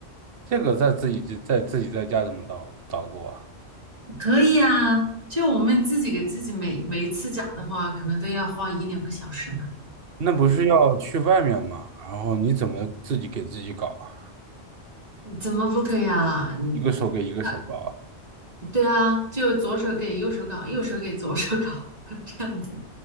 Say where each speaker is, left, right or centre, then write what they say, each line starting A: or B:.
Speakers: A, on the right; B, on the right.
A: 这个在自己在在自己在家怎么捣捣鼓啊？
B: 可以啊，就我们自己给自己每每一次假的话，可能都要花一两个小时呢。
A: 那不是要去外面吗？然后你怎么自己给自己搞啊？
B: 嗯怎么不可以啊？嗯，
A: 一个手给一个手搞啊？
B: 那对啊，就左手给右手搞，右手给左手搞，<laughs> 这样子。